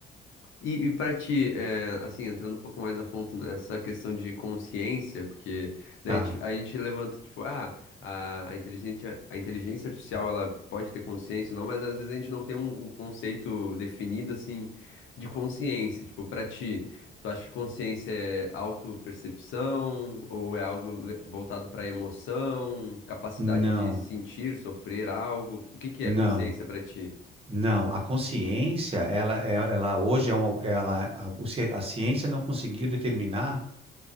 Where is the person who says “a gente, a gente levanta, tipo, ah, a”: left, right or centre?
Left